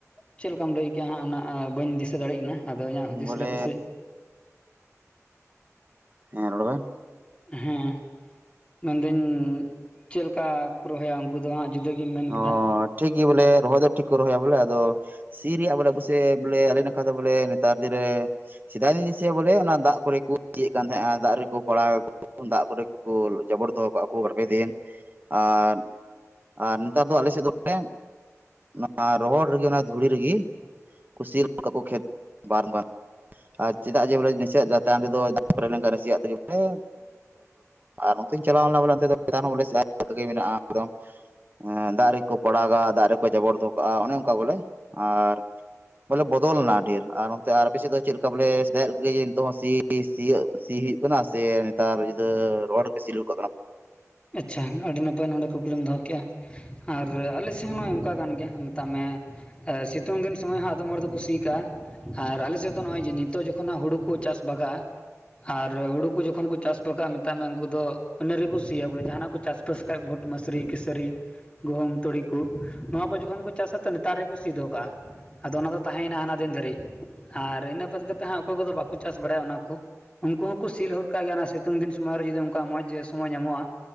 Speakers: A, on the left; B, on the right.
A: ᱪᱮᱫ ᱞᱮᱠᱟᱢ ᱞᱟᱹᱭ ᱠᱮᱜᱼᱟ ᱦᱟᱸᱜ ᱚᱱᱟ ᱵᱟᱹᱧ ᱫᱤᱥᱟᱹ ᱫᱟᱲᱮᱭᱟᱜ ᱠᱟᱱᱟ ᱟᱫᱚ ᱤᱧᱟᱹᱜ ᱦᱩᱫᱤᱥ
B: ᱵᱚᱞᱮ
A: ᱨᱮ ᱯᱟᱥᱮᱡ ᱼᱼ
B: ᱦᱮᱸ ᱨᱚᱲ ᱵᱮᱱ
A: ᱦᱮᱸ ᱢᱮᱱᱫᱟᱹᱧ ᱪᱮᱫ ᱞᱮᱠᱟ ᱠᱚ ᱨᱚᱦᱚᱭᱟ? ᱫᱚ ᱦᱟᱸᱜ ᱡᱩᱫᱟᱹ ᱜᱮᱢ ᱢᱮᱱ
B: ᱚ
A: ᱠᱮᱫᱟ।
B: ᱴᱷᱤᱠ ᱜᱮ ᱵᱚᱞᱮ ᱨᱚᱦᱚᱭ ᱫᱚ ᱴᱷᱤᱠ ᱨᱚᱦᱭᱟ ᱵᱚᱞᱮ ᱟᱫᱚ ᱼᱼ ᱥᱤ ᱨᱮᱭᱟᱜ ᱵᱚᱞᱮ ᱵᱚᱥᱮ ᱵᱚᱞᱮ ᱟᱞᱮ ᱱᱟᱠᱷᱟ ᱫᱚ ᱵᱚᱞᱮ ᱱᱮᱛᱟᱨ ᱫᱤᱱ ᱨᱮ ᱼᱼ ᱥᱮᱫᱟᱭ ᱫᱩᱧ ᱫᱤᱥᱭᱟ ᱵᱚᱞᱮ ᱚᱱᱟ ᱫᱟᱜ ᱠᱚᱨᱮ ᱠᱚ ᱤᱭᱮᱫ ᱠᱟᱱ ᱛᱟᱦᱮᱸᱱᱟ ᱫᱟᱜ ᱠᱚᱠᱚ ᱯᱟᱲᱟᱣᱮᱫ ᱫᱟᱜ ᱠᱚᱨᱮ ᱠᱳᱞ ᱡᱟᱵᱚᱨ ᱫᱚᱦᱚ ᱠᱟᱜᱼᱟ ᱠᱚ ᱵᱟᱨᱯᱮ ᱫᱤᱱ ᱟᱨ ᱼᱼ ᱟᱨ ᱱᱮᱛᱟᱨ ᱫᱚ ᱟᱞᱮ ᱥᱮᱫ ᱫᱚ ᱵᱚᱞᱮ ᱚᱱᱟ ᱨᱚᱦᱚᱲ ᱨᱮᱜᱮ ᱚᱱᱟ ᱫᱷᱩᱲᱤ ᱨᱮᱜᱮ ᱼᱼ ᱠᱩᱥᱤ ᱞᱮᱠᱟ ᱠᱟ ᱠᱚ ᱠᱷᱮᱛ ᱵᱟᱨ ᱜᱟᱱ ᱟᱨ ᱪᱮᱫᱟᱜ ᱡᱮ ᱵᱚᱞᱮ ᱱᱟᱥᱮᱭᱟᱜ ᱪᱮᱛᱟᱱ ᱨᱮᱫᱚ ᱫᱟᱜ ᱯᱮᱨᱮᱡ ᱞᱮᱱᱠᱷᱟᱱ ᱱᱟᱥᱮᱭᱟᱜ ᱛᱮᱜᱮ ᱵᱚᱞᱮ ᱟᱨ ᱚᱱᱚᱛᱮᱧ ᱪᱟᱞᱟᱣ ᱞᱮᱱᱟ ᱵᱚᱞᱮ ᱚᱱᱛᱮ ᱫᱚ ᱪᱮᱛᱟᱱ ᱦᱚᱸ ᱵᱚᱞᱮ ᱥᱮᱫᱮ ᱞᱮᱠᱟ ᱜᱮ ᱢᱮᱱᱟᱜᱼᱟ ᱮᱠᱫᱚᱢ। ᱫᱟᱜ ᱨᱮᱠᱚ ᱯᱟᱲᱟᱜᱟ ᱫᱟᱜ ᱨᱮᱠᱚ ᱡᱟᱵᱚᱨ ᱫᱚᱦᱚ ᱠᱟᱜᱼᱟ ᱚᱱᱮ ᱚᱱᱠᱟ ᱵᱚᱞᱮ ᱟᱨ ᱼᱼ ᱵᱚᱞᱮ ᱵᱚᱫᱚᱞᱱᱟ ᱰᱷᱮᱨ ᱟᱨ ᱚᱱᱛᱮ ᱟᱨ ᱯᱮᱥᱮᱫ ᱫᱚ ᱪᱮᱫ ᱞᱮᱠᱟ ᱵᱚᱞᱮ ᱥᱮᱫᱟᱭᱟᱜ ᱞᱮᱠᱟᱜᱮ ᱡᱮ ᱱᱤᱛᱚᱜ ᱦᱚᱸ ᱥᱤ ᱼᱼ ᱥᱤ ᱥᱤᱭᱳᱜ ᱥᱤ ᱦᱩᱭᱩᱜ ᱠᱟᱱᱟ ᱥᱮ ᱱᱮᱛᱟᱨ ᱡᱩᱫᱟᱹ ᱨᱚᱲ ᱨᱮᱯᱮ ᱥᱤ ᱨᱩᱣᱟᱹᱲ ᱠᱟᱜ ᱠᱟᱱᱟ।
A: ᱟᱪᱪᱷᱟ ᱟᱹᱰᱤ ᱱᱟᱯᱟᱭ ᱱᱚᱰᱮ ᱠᱩᱠᱞᱤᱢ ᱫᱚᱦᱚ ᱠᱮᱜᱼᱟ। ᱟᱨ ᱟᱞᱮ ᱥᱮᱫ ᱦᱚᱸ ᱱᱚᱜᱼᱚᱭ ᱚᱱᱠᱟ ᱠᱟᱱ ᱜᱮᱭᱟ ᱢᱮᱛᱟᱜ ᱢᱮ ᱼᱼ ᱮᱻ ᱥᱤᱛᱩᱝ ᱫᱤᱱ ᱥᱚᱢᱚᱭ ᱦᱚᱸ ᱟᱫᱚᱢ ᱦᱚᱲ ᱫᱚᱠᱚ ᱥᱤ ᱠᱟᱜᱼᱟ। ᱟᱨ ᱟᱞᱮ ᱥᱮᱫ ᱫᱚ ᱱᱚᱜᱼᱚᱭ ᱡᱮ ᱱᱤᱛᱚᱜ ᱡᱚᱠᱷᱚᱱ ᱦᱩᱲᱩ ᱠᱚ ᱪᱟᱥ ᱵᱟᱜᱟᱜᱼᱟ ᱟᱨ ᱦᱩᱲᱩ ᱠᱚ ᱡᱚᱠᱷᱚᱱ ᱠᱚ ᱪᱟᱥ ᱵᱟᱜᱟᱜᱼᱟ ᱢᱮᱛᱟᱜ ᱢᱮ ᱩᱱᱠᱩ ᱫᱚ ᱤᱱᱟᱹ ᱨᱮᱠᱚ ᱼᱼ ᱥᱤᱭᱤᱭᱟ ᱵᱚᱞᱮ ᱡᱟᱦᱟᱱᱟᱜ ᱠᱚ ᱪᱟᱥᱼᱵᱟᱥ ᱠᱷᱟᱡ ᱵᱷᱩᱴ ᱢᱟᱥᱨᱤ ᱠᱮᱥᱟᱹᱨᱤ। ᱜᱩᱦᱩᱢ ᱛᱩᱲᱤ ᱠᱚ ᱱᱚᱣᱟ ᱠᱚ ᱡᱚᱠᱷᱚᱱ ᱠᱚ ᱪᱟᱥᱟ ᱛᱚ ᱱᱮᱛᱟᱨ ᱨᱮᱠᱚ ᱥᱤᱫᱚᱦᱚ ᱠᱟᱜᱼᱟ। ᱟᱫᱚ ᱚᱱᱟ ᱫᱚ ᱛᱟᱦᱮᱸᱭᱮᱱᱟ ᱦᱟᱱᱟ ᱫᱤᱱ ᱫᱷᱟᱹᱨᱤᱡ ᱟᱨ ᱤᱱᱟᱹ ᱵᱟᱫ ᱠᱟ ᱠᱟᱛᱮᱫ ᱦᱟᱸᱜ ᱚᱠᱚᱭ ᱠᱚᱫᱚ ᱵᱟᱠᱚ ᱪᱟᱥ ᱵᱟᱲᱟᱭᱟ ᱚᱱᱟ ᱠᱚ᱾ ᱩᱱᱠᱩ ᱦᱚᱸᱠᱚ ᱥᱤ ᱞᱟᱹᱜᱩᱫ ᱠᱟᱜ ᱜᱮᱭᱟ ᱚᱱᱟ ᱥᱤᱛᱩᱝᱤᱱ ᱥᱚᱢ ᱨᱮ ᱡᱩᱫ ᱩᱱᱠᱩᱣᱟᱜ ᱢᱡᱽ ᱡᱮᱚᱢᱚᱭ ᱧᱟᱢᱼᱟ। ᱞᱟᱢᱚᱜ-ᱟ